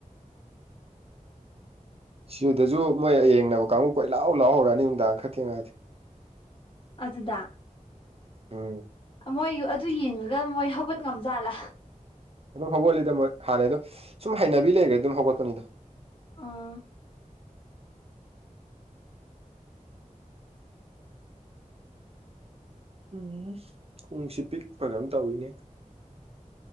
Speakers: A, on the right; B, on the left.
A: ꯁꯤꯗꯁꯨ ꯃꯣꯏ ꯑꯌꯦꯡꯅꯕ ꯀꯥꯡꯕꯨ ꯀꯣꯏ ꯂꯥꯎ ꯂꯥꯎꯍꯧꯔꯛꯑꯅꯤ ꯅꯨꯡꯗꯥꯡ ꯈꯔ ꯊꯦꯡꯉꯛꯑꯗꯤ
B: ꯑꯗꯨꯗ
A: ꯎꯝ
B: ꯃꯣꯏ ꯑꯗꯨ ꯌꯦꯡꯉꯒ ꯃꯣꯏ ꯍꯧꯒꯠ ꯉꯝꯖꯥꯠꯂꯥ
A: ꯑꯗꯨꯝ ꯍꯧꯒꯠꯂꯤꯗ ꯃꯣꯏ ꯍꯥꯟꯅꯩꯗꯣ ꯁꯨꯝ ꯍꯩꯅꯕꯤ ꯂꯩꯈꯒ꯭ꯔꯗꯤ ꯑꯗꯨꯝ ꯍꯧꯒꯠꯄꯅꯤꯗ
B: ꯑꯥ
A: ꯎꯝ ꯅꯨꯡꯁꯤꯠ ꯄꯤꯛꯄ꯭ꯔ ꯀꯩꯅꯣꯝ ꯇꯧꯋꯤꯅꯦ